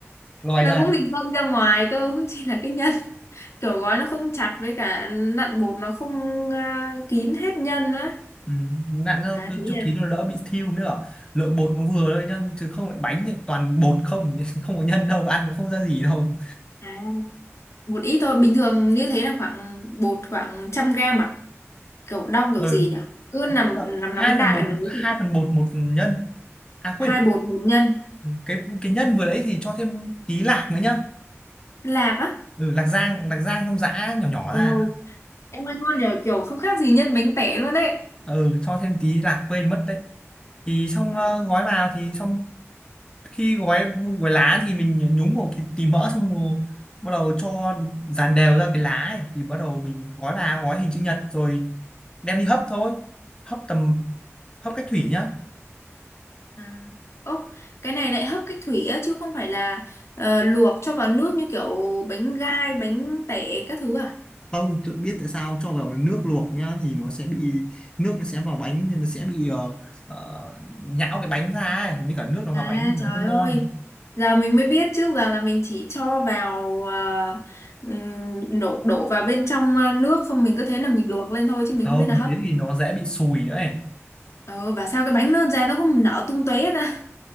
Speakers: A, on the left; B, on the left.
A: lòi
B: nó
A: ra
B: cũng bị dâng ra ngoài cơ không chỉ là cái nhân kiểu gói nó không chặt với cả nặn bột nó không à, kín hết nhân nữa
A: Ừ, nặng hơn
B: à
A: cứ
B: thế
A: cho
B: là
A: ký nó đỡ bị thiêu nữa lượng bột nó vừa thôi nhá chứ không lại bánh thì toàn bột không <laughs> không có nhân đâu ăn nó không ra gì đâu
B: à, một ít thôi bình thường như thế là khoảng bột khoảng trăm gram à kiểu đong kiểu
A: ừ.
B: gì nhỉ cứ
A: nói
B: nằm
A: chung là
B: nắm
A: hai
B: nắm đại
A: phần bột
B: và lấy
A: hai phần bột một phần nhân à
B: hai
A: quên
B: bột một nhân
A: ừ, cái cái nhân vừa đấy thì cho thêm tí lạc nữa nhá
B: lạc á
A: ừ, lạc rang lạc rang không giã nhỏ nhỏ
B: ồ
A: ra
B: em ơi ngon nhờ kiểu không khác gì nhân bánh tẻ luôn đấy
A: ừ, cho thêm tí lạc quên mất đấy thì xong
B: à,
A: ờ, gói vào thì xong khi gói gói lá thì mình nhúng vào cái tí mỡ xong rồi bắt đầu cho dàn đều ra cái lá ấy. thì bắt đầu mình gói vào gói hình chữ nhật rồi đem đi hấp thôi hấp tầm hấp cách thủy nhá
B: à. Ố, cái này lại hấp cách thủy á chứ không phải là ờ, luộc cho vào nước như kiểu bánh gai bánh tẻ các thứ à
A: không tự biết tại sao cho vào nước luộc nhá thì nó sẽ bị nước nó sẽ vào bánh nên nó sẽ bị ờ, ờ, nhão cái bánh ra ấy mới cả nước nó
B: À
A: vào bánh thì nó
B: trời
A: không
B: ơi,
A: ngon
B: giờ mình mới biết trước giờ là mình chỉ cho vào à, ừm, đổ đổ vào bên trong à, nước không mình cứ thế là mình luộc lên thôi chứ mình
A: không
B: không biết là hấp.
A: thế thì nó dễ bị sùi nữa ấy
B: Ờ và sao cái bánh nó ra nó cũng nở tung tóe ra.